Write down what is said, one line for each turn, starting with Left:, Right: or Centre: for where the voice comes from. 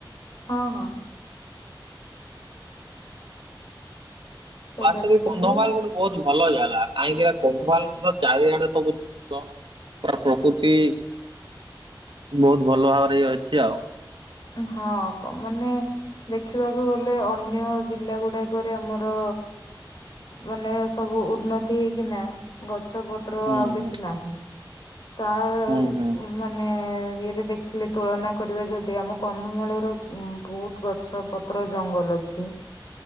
Left: ହଁ ହଁ। ସେଇଟା
Right: ବାସ୍ତବରେ
Left: ବି ମିଳେ
Right: କନ୍ଧମାଲ ଗୋଟେ ବହୁତ ଭଲ ଜାଗା କାହିଁକି କନ୍ଧମାଳର ଚାରିଆଡେ ସବୁ ତ। ତା ପ୍ରକୃତି ବହୁତ ଭଲ ଭାବରେ ଇ ଅଛି ଆଉ।
Left: ହଁ କ ମାନେ ଦେଖିବାକୁ ଗଲେ ଅନ୍ୟ ଜିଲ୍ଲା ଗୁଡାକ। ଏବେ ଆମର ମାନେ ସବୁ ଉନ୍ନତି ହେଇକିନା ଗଛ ପ ତ୍ର
Right: ହୁଁ
Left: ଆଉ ବେଶି
Right: ହୁଁ
Left: ନାହିଁ ତା ଉଁ।
Right: ହୁଁ ହୁଁ।
Left: ମାନେ ଇଏରେ ଦେଖିଲେ ତୁଳନା କରିବା ଯଦି ଆମକୁ। କନ୍ଧମାଳର ଉ ବହୁତ ଗଛ ପତ୍ର ଜଙ୍ଗଲ ଅଛି।